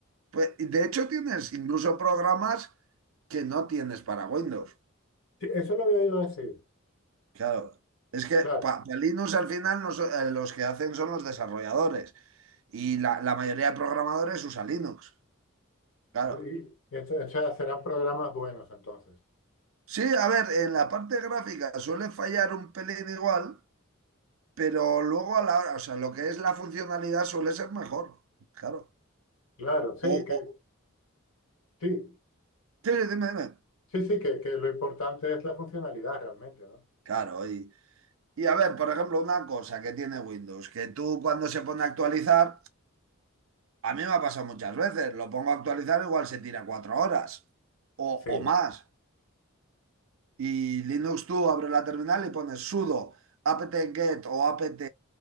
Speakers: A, on the right (about 70°); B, on the left (about 80°).
A: Pues, y de hecho, tienes incluso programas que no tienes para Windows.
B: Sí, eso lo había oído decir.
A: Claro. Es que
B: Claro,
A: para Linux al final no so- eh, los que hacen son los desarrolladores. Y la, la mayoría de programadores usa Linux. Claro.
B: y, y ento- o sea, serán programas buenos entonces.
A: Sí, a ver, en la parte gráfica suele fallar un pelín igual, pero luego a la hora, o sea, lo que es la funcionalidad suele ser mejor, claro.
B: Claro, sí,
A: O,
B: que
A: o-
B: sí,
A: sí, dime, dime.
B: sí, sí, que, que lo importante es la funcionalidad realmente, ¿no?
A: Claro, y, y a ver, por ejemplo, una cosa que tiene Windows, que tú cuando se pone a actualizar, a mí me ha pasado muchas veces, lo pongo a actualizar, igual se tira cuatro horas o,
B: Sí,
A: o más. Y Linux tú abres la terminal y pones sudo apt-get o apt